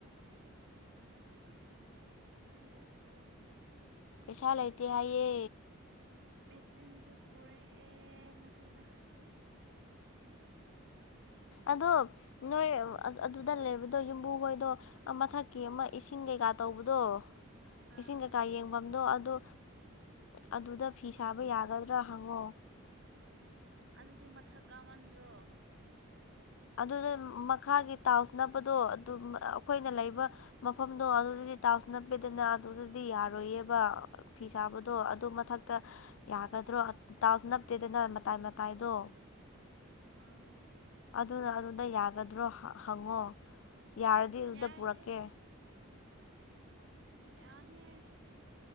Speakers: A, on the right; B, on the left.
A: ꯑꯁ ꯈꯪꯗꯔ꯭ꯦꯗ ꯇꯧꯔꯤꯖꯦ
B: ꯄꯩꯁꯥ ꯂꯩꯇꯦ ꯍꯥꯏꯌꯦ
A: ꯃꯦꯆꯤꯟꯁꯨ ꯄꯨꯔꯛꯑꯦ ꯉꯁꯤꯗꯣ
B: ꯑꯗꯣ ꯅꯣꯏ ꯑꯗꯨꯗ ꯂꯩꯕꯗꯣ ꯌꯨꯝꯕꯨ ꯍꯣꯏꯗꯣ ꯑꯃꯊꯛꯀꯤ ꯑꯃ ꯏꯁꯤꯡ ꯀꯩꯀꯥ ꯇꯧꯕꯗꯣ
A: ꯑꯥ
B: ꯏꯁꯤꯡ ꯀꯩꯀꯥ ꯌꯦꯡꯐꯝꯗꯣ ꯑꯗꯣ ꯑꯗꯨꯗ ꯐꯤ ꯁꯥꯕ ꯌꯥꯒꯗ꯭ꯔꯥ ꯍꯪꯉꯣ
A: ꯑꯗꯨꯗꯤ ꯃꯊꯛ ꯀꯥꯞꯃꯟꯗ꯭ꯔꯣ
B: ꯑꯗꯨꯗ ꯃꯈꯥꯒꯤ ꯇꯥꯜꯁ ꯅꯞꯄꯗꯣ ꯑꯗꯨꯝ ꯑꯩꯈꯣꯏꯅ ꯂꯩꯕ ꯃꯐꯝꯗꯣ ꯑꯗꯨꯗꯗꯤ ꯇꯥꯎꯁ ꯅꯞꯄꯦꯗꯅ ꯑꯗꯨꯗꯗꯤ ꯌꯥꯔꯣꯏꯌꯦꯕ ꯐꯤ ꯁꯥꯕꯗꯣ ꯑꯗꯨ ꯃꯊꯛꯇ ꯌꯥꯒꯗ꯭ꯔꯣ ꯇꯥꯎꯁ ꯅꯞꯇꯦꯗꯅ ꯃꯇꯥꯏ ꯃꯇꯥꯏꯗꯣ
A: ꯎꯝ
B: ꯑꯗꯨꯅ ꯑꯗꯨꯗ ꯌꯥꯒꯗ꯭ꯔꯣ ꯍꯪꯉꯣ ꯌꯥꯔꯗꯤ ꯑꯗꯨꯗ
A: ꯌꯥꯏꯍꯦ
B: ꯄꯨꯔꯛꯀꯦ
A: ꯌꯥꯅꯤꯑꯦ